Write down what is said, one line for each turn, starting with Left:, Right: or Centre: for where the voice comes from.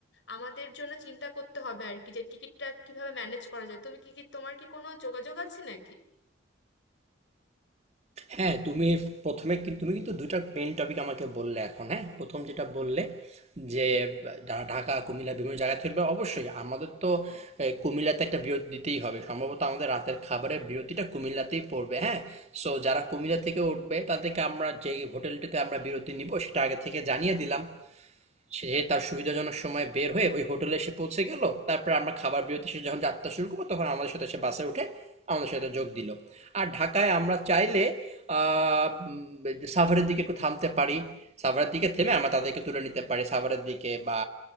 Left: আমাদের জন্য চিন্তা করতে হবে আর কি যে টিকিটটা কিভাবে ম্যানেজ করা যায় তুমি কি কি তোমার কি কোনো যোগাযোগ আছে নাকি
Right: হ্যাঁ তুমি প্রথমে কি- তুমি কিন্তু দুইটা মেইন টপিক আমাকে বললে এখন হ্যাঁ প্রথম যেটা বললে যে ঢা- ঢাকা কুমিল্লা বিভিন্ন জায়গা থেকে বা অবশ্যই আমাদের তো এ, কুমিল্লাতে একটা বিরতি দিতেই হবে সম্ভবত আমাদের রাতের খাবারের বিরতিটা কুমিল্লাতেই পড়বে হ্যাঁ সো যারা কুমিল্লা থেকে উঠবে তাদেরকে আমরা যে হোটেলটিতে আমরা বিরতি নিব সেটা আগে থেকে জানিয়ে দিলাম সে তার সুবিধাজনক সময়ে বের হয়ে ওই হোটেলে এসে পৌঁছে গেল তারপরে আমরা খাবার বিরতি শেষে যখন যাত্রা শুরু করবো তখন আমাদের সাথে সে বাসে উঠে আমাদের সাথে যোগ দিল আর ঢাকায় আমরা চাইলে আহ, উম, সাভারের দিকে একটু থামতে পারি সাভারের দিকে থেমে আমরা তাদেরকে তুলে নিতে পারি সাভারের দিকে বা